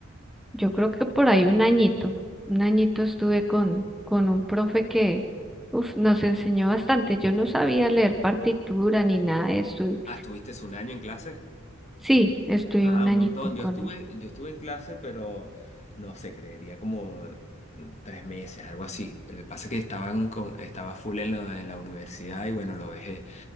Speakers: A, in the centre; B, on the left.
A: Yo creo que por ahí un añito, un añito estuve con, con un profe que uf, nos enseñó bastante. Yo no sabía leer partitura ni nada de eso. y
B: Ah, ¿estuviste un año en clase?
A: Sí, estuve
B: Ah,
A: un
B: un
A: añito
B: montón.
A: con
B: Yo estuve,
A: él.
B: yo estuve en clase, pero no sé, creería como mm, tres meses, algo así. Lo que pasa es que estaban con- estaba full en la, en la universidad y bueno, lo dejé.